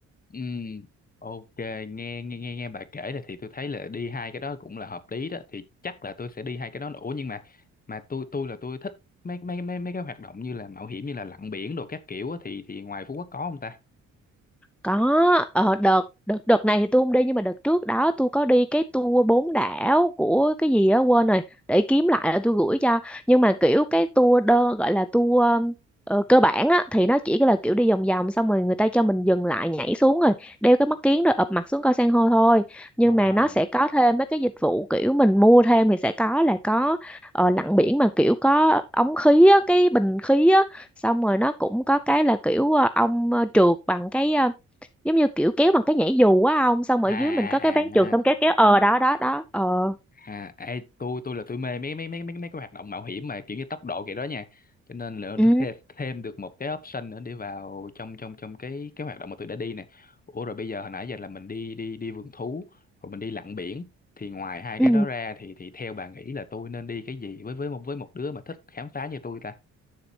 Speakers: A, on the left; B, in the centre.
A: Ừ, ok, nghe nghe nghe nghe bà kể là thì tôi thấy là đi hai cái đó cũng là hợp lý đó, thì chắc là tôi sẽ đi hai cái đó. Ủa nhưng mà mà tôi tôi là tôi thích mấy mấy mấy mấy cái hoạt động như là mạo hiểm như là lặn biển đồ các kiểu á thì thì ngoài Phú Quốc có không ta?
B: Có, ở đợt đợt đợt này thì tôi không đi nhưng mà đợt trước đó tôi có đi cái tour bốn đảo của cái gì á quên rồi để kiếm lại là tôi gửi cho nhưng mà kiểu cái tour đơ gọi là tour ờ, cơ bản á thì nó chỉ là kiểu đi vòng vòng xong rồi người ta cho mình dừng lại nhảy xuống rồi đeo cái mắt kiếng rồi ụp mặt xuống coi san hô thôi nhưng
A: À.
B: mà nó sẽ có thêm mấy cái dịch vụ kiểu mình mua thêm thì sẽ có là có ờ, lặn biển mà kiểu có ống khí á cái bình khí á xong rồi nó cũng có cái là kiểu ờ, ông ờ, trượt bằng cái ờ, giống như kiểu kéo bằng cái nhảy dù á ông xong
A: À
B: ở dưới
A: à
B: mình có cái ván trượt xong
A: à.
B: kéo kéo ờ đó đó đó ờ
A: À, ê, tôi tôi là tôi mê mấy mấy mấy mấy mấy cái hoạt động mạo hiểm mà kiểu như tốc độ kiểu đó nha. Cho nên là
B: ừ
A: thê- thêm được một cái option nữa để vào trong trong trong cái cái hoạt động mà tôi đã đi nè. Ủa rồi bây giờ hồi nãy giờ là mình đi đi đi vườn thú, rồi mình đi lặn biển thì ngoài hai
B: ừ
A: cái đó ra thì thì theo bà nghĩ là tôi nên đi cái gì với với một với một đứa mà thích khám phá như tôi ta?